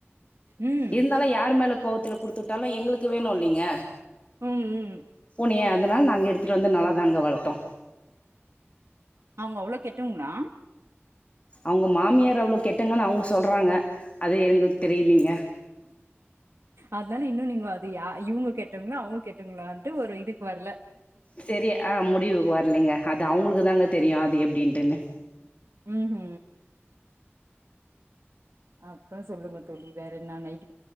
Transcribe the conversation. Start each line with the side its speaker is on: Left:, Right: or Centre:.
Right: ம்
Left: இந்தாலு யார் மேல கோவத்துல குடுத்துவுட்டாலு எங்குளுக்கு வேணு இல்லீங்க
Right: ம் ம்
Left: னைய அதனால நாங்க எடுத்துட்டு வந்து நல்லா தாங்க வளத்தோ
Right: அவுங்க அவ்ளோ கெட்டவங்ளா
Left: அவுங்க மாமியார் அவ்ளோ கெட் டங்கனு அவுங்க சொல்றாங்க அது எங்குளுக் தெரிலீங்க
Right: அதுனால இன்னு நீங்கோ அது யா இவுங்க கெட்டவங்ளா அவுங்க கெட்டவங்ளான்ட்டு ஒரு இதுக்கு வர்ல
Left: செரி அ முடிவுக்கு வர்லீங்க அது அவுங்குளுக்கு தாங்க தெரியு அது எப்டின்ட்டுன்னு
Right: ம் ஹூ அப்றோ சொல்லுங்க தோழி வேறென்னா நைட்டு